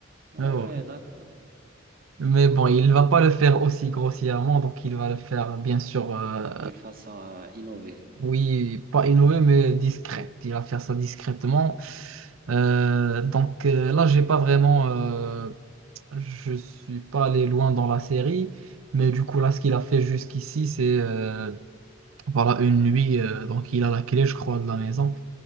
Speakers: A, on the right; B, on the right.
A: Ah
B: Et voilà.
A: ouais, d'accord.
B: Mais bon, il va pas le faire aussi grossièrement, donc il va le faire, bien sûr, euh,
A: D'une façon, euh, innovée.
B: oui, pas innové, mais discret. Il va faire ça discrètement. Euh, donc euh, là, j'ai pas vraiment. euh, Je suis pas allé loin dans la série, mais du coup, là, ce qu'il a fait jusqu'ici, c'est euh, voilà, une nuit. euh, donc, il a la clé, je crois, de la maison.